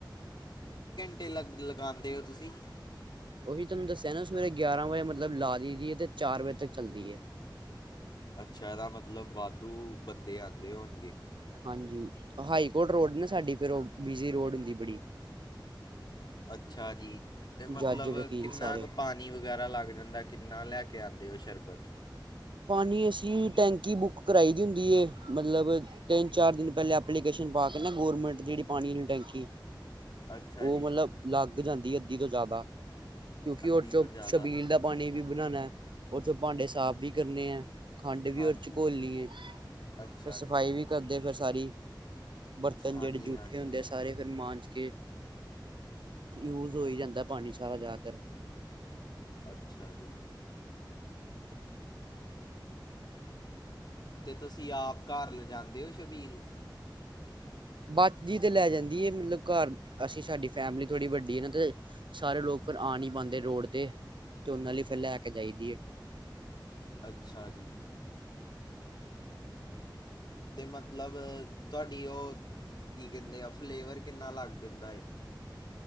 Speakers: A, on the left; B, on the right.
A: ਟੇ ਲਗ ਲਗਾਂਦੇ ਓ ਤੁਸੀਂ
B: ਓਹੀ ਤਨੂੰ ਦੱਸਿਆ ਨਾ ਸਵੇਰੇ ਗਿਆਰਾਂ ਵਜੇ ਮਤਲਬ ਲਾ ਦਈ ਦੀ ਐ ਤੇ ਚਾਰ ਵਜੇ ਤੱਕ ਚੱਲਦੀ ਐ
A: ਅੱਛਾ ਏਦਾ ਮਤਲਬ ਵਾਧੂ ਬੰਦੇ ਆਂਦੇ ਹੋਣਗੇ।
B: ਹਾਂਜੀ ਹਾਈ ਕੋਰਟ ਰੋਡ ਨਾ ਸਾਡੀ ਫਿਰ ਉਹ ਬਿਜੀ ਰੋਡ ਹੁੰਦੀ ਬੜੀ
A: ਅੱ ਛਾ ਜੀ ਤੇ ਮਤਲਬ
B: ਜੱਜ ਵਕੀਲ
A: ਕਿੰਨਾ
B: ਸਾਰੇ
A: ਕੁ ਪਾਣੀ ਵ ਵਗੈਰਾ ਲੱਗ ਜਾਂਦਾ ਕਿੰਨਾ ਲੈ ਕੇ ਆਂਦੇ ਓ ਸ਼ਰਬਤ
B: ਪਾਣੀ ਅਸੀਂ ਟੈਂਕੀ ਬੁੱਕ ਕਰਾਈ ਦੀ ਹੁੰਦੀ ਏ ਮਤਲਬ ਤਿੰਨ ਚਾਰ ਦਿਨ ਪਹਿਲੇ ਐਪਲੀਕੇਸ਼ਨ ਪਾ ਕੇ ਨਾ ਗੌਰਮੈਂਟ ਜੇੜੀ ਪਾਣੀ ਲੀ ਟੈਂਕੀ
A: ਅੱਛਾ
B: ਓ
A: ਜੀ
B: ਮਤਲਬ ਲਗ ਲੱਗ ਜਾਂਦੀ ਅੱਧੀ ਤੋਂ ਜ਼ਿਆਦਾ ਕਿਉਂਕਿ
A: ਅੱਧੀ
B: ਓਚੋਂ
A: ਤੋਂ ਜ਼ਿਆਦਾ
B: ਛਬੀਲ ਦਾ ਪਾਣੀ ਵੀ ਬਣਾਣਾ। ਓਰ ਜੋ ਭਾਂਡੇ ਸਾਫ ਵੀ ਕਰਨੇ ਐ ਖੰਡ ਵੀ
A: ਹਾਂਜੀ
B: ਔਰ ਕੋਲਣੀ ਐ
A: ਅੱਛਾ
B: ਫੇ ਸਫਾਈ
A: ਜੀ
B: ਵੀ ਕਰਦੇ ਫਿਰ ਸਾਰੀ ਬਰਤਨ
A: ਹਾਂਜੀ
B: ਹੈ ਜੇੜ੍ਹੇ ਜੂਠੇ
A: ਹਾਂਜੀ
B: ਹੁੰਦੇ ਐ ਸਾਰੇ ਫਿਰ ਮਾਂਜ ਕੇ ਯੂਜ ਹੋਈ ਜਾਂਦਾ ਪਾਣੀ ਚ ਸਾਰਾ ਜਾਦਾਤਰ
A: ਅੱਛਾ ਜੀ ਤੇ ਤੁਸੀਂ ਆਪ ਘਰ ਲਿਜਾਂਦੇ ਹੋ ਸ਼ਬੀਲ
B: ਬਚ ਜੀ ਤੇ ਲੈ ਜਾਂਦੀ ਐ ਮਤਲਬ ਘਰ ਅਸੀਂ ਸਾਡੀ ਫੈਮਿਲੀ ਥੋੜ੍ਹੀ ਵੱਡੀ ਐ ਨਾ ਤੇ ਸਾਰੇ ਲੋਕ ਫਿਰ ਆ ਨੀ ਪਾਂਦੇ ਰੋਡ ਤੇ ਤੇ ਉਨਾਂ ਲਈ ਫਿਰ ਲੈ ਕੇ ਜਾਈਦੀ ਐ
A: ਅੱਛਾ ਜੀ। ਤੇ ਮਤਲਬ ਤੁਹਾਡੀ ਓ ਕੀ ਕਹਿੰਦੇ ਆ ਫਲੇਵਰ ਕਿੰਨਾ ਲੱਗ ਜਾਂਦਾ ਏ